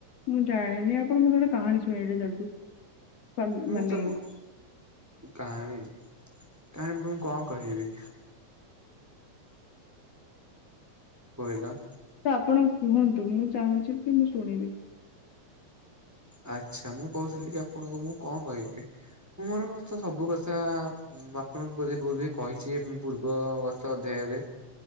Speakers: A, on the left; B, in the centre.
A: ମୁଁ ଯା--ନି, ଆପଣ ମତେ ଗୋଟେ କହାଣୀ ଶୁଣେଇ ଜଲ୍ଦି। <inaudible>
B: ମୁଁ ତମକୁ କାହାଣୀ ତମକୁ କ'ଣ କହିବି। <inaudible>
A: ଆପଣ କୁହନ୍ତୁ, ମୁଁ ଚାହୁଁଚି କି ମୁଁ ଶୁଣିବି।
B: ଆଚ୍ଛା ମୁଁ କହୁଥିଲି କି ଆପଣଙ୍କୁ ମୁଁ କଣ କ--ବି, ମୋର ତ ସବୁ କଥା ମୁଁ ଆପଣଙ୍କୁ ବୋଧେ କହିଛି ପୂର୍ବଗତ ଅଧ୍ୟାୟରେ